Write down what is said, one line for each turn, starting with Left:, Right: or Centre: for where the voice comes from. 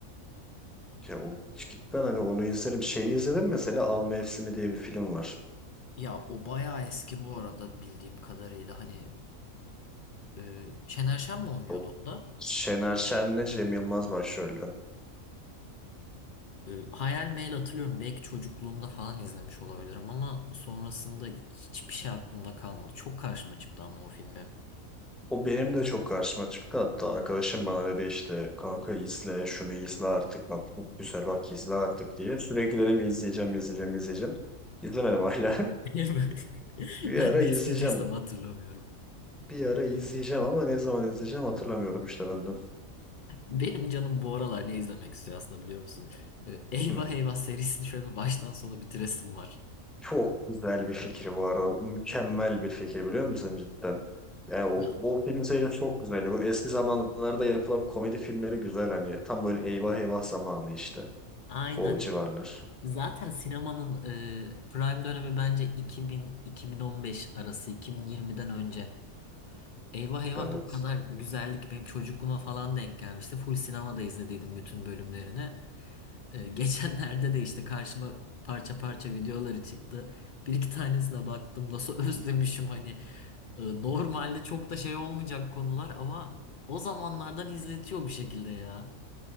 Centre: Ya o cidden hani onu izlerim. Şeyi izledim mesela Av Mevsimi diye bir film var.
Left: Ya o bayağı eski bu arada bildiğim kadarıyla. Hani e, Şener Şen mi oynuyordu
Centre: O
Left: onda?
Centre: Şener Şen'le Cem Yılmaz başrolde.
Left: E, Hayal Meyil hatırlıyorum. Belki çocukluğumda falan izlemiş olabilirim ama sonrasında hiçbir şey aklımda kalmadı. Çok karşıma çıktı ama o film benim.
Centre: O benim de çok karşıma çıktı. Hatta arkadaşım bana dedi işte kanka izle şunu izle artık bak çok güzel bak izle artık diye. Sürekli dedim izleyeceğim izleyeceğim izleyeceğim. İzlemedim hala.
Left: <laughs>
Centre: <laughs> Bir
Left: Ben
Centre: ara
Left: de
Centre: izleyeceğim.
Left: istediysem hatırlamıyorum.
Centre: Bir ara izleyeceğim ama ne zaman izleyeceğim hatırlamıyorum işte ben de.
Left: Benim canım bu aralar ne izlemek istiyor aslında biliyor musun? E, Eyvah
Centre: Hı.
Left: Eyvah serisini şöyle bir baştan sona bitiresim var.
Centre: Çok güzel bir fikir bu arada. Mükemmel bir fikir biliyor musun cidden? Yani
Left: Ya
Centre: o, o film serisi çok güzel. Bu eski zamanlarda yapılan komedi filmleri güzel hani tam böyle eyvah eyvah zamanı işte.
Left: aynen.
Centre: O civarlar.
Left: Zaten sinemanın e, prime dönemi bence 2000-2015 arası, 2020'den önce. Eyvah eyvah
Centre: Evet.
Left: da o kadar güzellik benim çocukluğuma falan denk gelmişti. Full sinemada izlediydim bütün bölümlerini. Ee, <laughs> geçenlerde de işte karşıma parça parça videoları çıktı. Bir iki tanesine baktım nasıl <laughs> özlemişim hani. Ee, normalde çok da şey olmayacak konular ama o zamanlardan izletiyor bir şekilde ya.